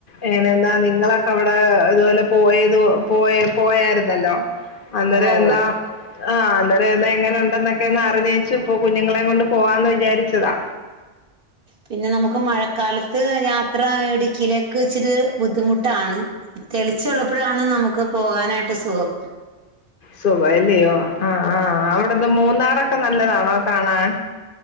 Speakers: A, on the left (about 50°); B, on the right (about 45°).
A: എങ്ങനെന്നാ നിങ്ങളൊക്കെ അവിടെ ഇതുപോലെ പോയത് പോയ പോയായിരുന്നല്ലോ. അന്നേരം
B: ഉവ്വ ഉവ്വ
A: എല്ലാം ആഹ് അന്നേരം എന്ന എങ്ങനെ ഉണ്ടെന്നൊക്കെ ഒന്ന് അറിഞ്ഞേച്ചു ഇപ്പൊ കുഞ്ഞുങ്ങളെ കൊണ്ട് പോവാന്ന് വിചാരിച്ചതാ.
B: പിന്നെ നമുക്ക് മഴ കാലത്ത് യാത്ര ഇടുക്കിലെക്കെ ഇച്ചിരി ബുദ്ധിമുട്ടാണ്. തെളിച്ചുള്ളപ്പോഴാണ് നമുക്ക് പോകാനായിട്ട് സുഖം.
A: സുഖല്ലയോ ആഹ ആഹ് അവിടെന്ത മൂന്നാറൊക്കെ നല്ലതാണോ കാണാൻ